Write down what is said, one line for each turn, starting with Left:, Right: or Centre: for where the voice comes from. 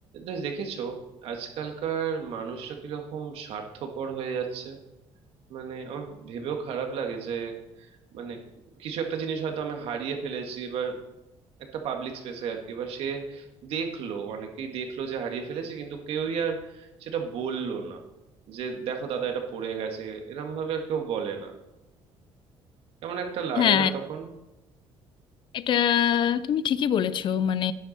Right: দে- দেখেছো আজকালকার মানুষরা কিরকম স্বার্থপর হয়ে যাচ্ছে মানে আমার ভেবেও খারাপ লাগে যে মানে কিছু একটা জিনিস হয়তো আমি হারিয়ে ফেলেছি এবার একটা পাবলিক স্পেসে আর কি এবার সে দেখলো অনেকেই দেখলো যে হারিয়ে ফেলেছে কিন্তু কেউই আর সেটা বললো না যে দেখো দাদা এটা পড়ে গেছে এরম ভাবে আর কেউ বলে না কেমন একটা লাগে
Left: হ্যাঁ
Right: না তখন
Left: এটা তুমি ঠিকই বলেছো মানে